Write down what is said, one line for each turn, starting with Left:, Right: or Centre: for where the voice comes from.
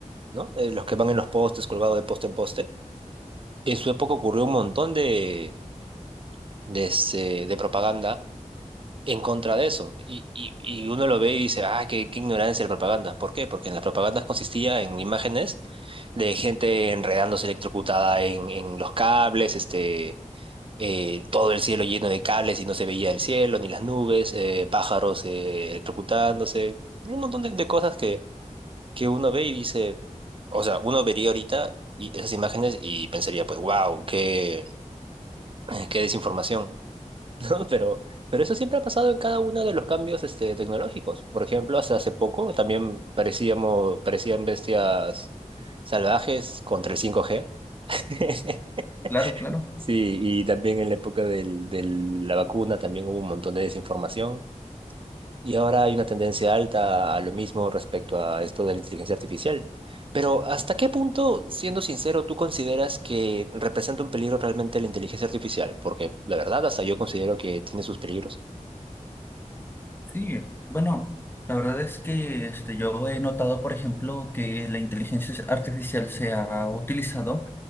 Right: ¿no? Eh, los que van en los postes, colgados de poste en poste. En su época ocurrió un montón de, de, este, de propaganda en contra de eso. Y, y, y uno lo ve y dice, ah, qué, qué ignorancia de la propaganda. ¿Por qué? Porque en las propagandas consistía en imágenes de gente enredándose electrocutada en, en los cables, este, eh, todo el cielo lleno de cables y no se veía el cielo ni las nubes, eh, pájaros eh, electrocutándose, un montón de, de cosas que que uno ve y dice, o sea, uno vería ahorita y esas imágenes y pensaría, pues, wow, qué, eh, qué desinformación, <laughs> ¿no? Pero, pero eso siempre ha pasado en cada uno de los cambios este, tecnológicos. Por ejemplo, hasta hace poco también parecíamos, parecían bestias salvajes contra el cinco g <laughs>
Left: Claro, claro.
Right: Sí, y también en la época del, de la vacuna también hubo un montón de desinformación. Y ahora hay una tendencia alta a lo mismo respecto a esto de la inteligencia artificial. Pero ¿hasta qué punto, siendo sincero, tú consideras que representa un peligro realmente la inteligencia artificial? Porque la verdad, hasta yo considero que tiene sus peligros.
Left: Sí, bueno, la verdad es que este, yo he notado, por ejemplo, que la inteligencia artificial se ha utilizado